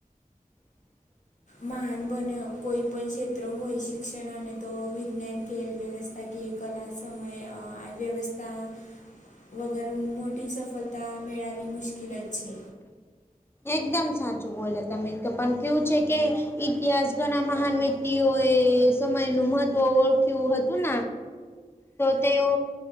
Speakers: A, on the left; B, on the left.
A: હ.
B: મહાન બન્યો કોઈ પણ ક્ષેત્ર હોય શિક્ષણ અને તો વિજ્ઞાન ખેલ વ્યવસ્થા. કે કલા સમય વ્યવસ્થા. વગર મોટી સફળતા મેળવી મુશ્કેલ જ છે.
A: એકદમ સાચું બોલે તમે પણ કેવું છે કે. ઇતિહાસ ઘણા મહાન વ્યક્તિઓ એ સમય નું મહત્વ ઓળખ્યું હતું. તો તેઓ